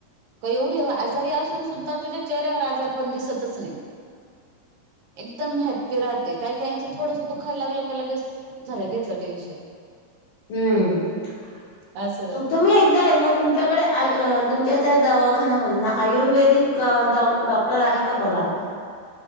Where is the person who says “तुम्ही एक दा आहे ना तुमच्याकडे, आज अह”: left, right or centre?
Left